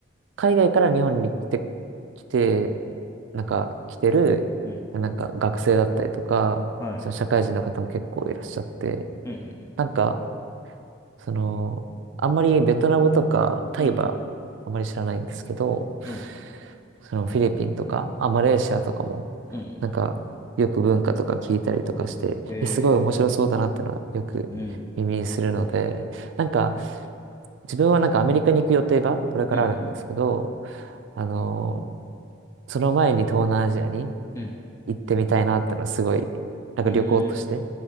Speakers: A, on the right; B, on the left.
A: 海外から日本に来て、来て、なんか、来てる、
B: うん。
A: なんか、学生だったりとか、
B: はい。
A: その社会人の方も結構いらっしゃって、
B: うんうん
A: なんか、その、あんまりベトナムとかタイはあんまり知らないんですけど、
B: うん、うん、
A: そのフィリピンとか、あ、マレーシアとかも、
B: うん、うん、
A: なんか、よく文化とか聞いたりとかして、
B: えー、
A: え、すごい面白そうだなってのはよく耳にするので、
B: うん、
A: なんか、自分はなんかアメリカに行く予定がこれからあるんですけど、
B: うん、
A: あの、その前に東南アジアに
B: うん、
A: 行ってみたいなってのはすごい、なんか旅行として、
B: えん、うん、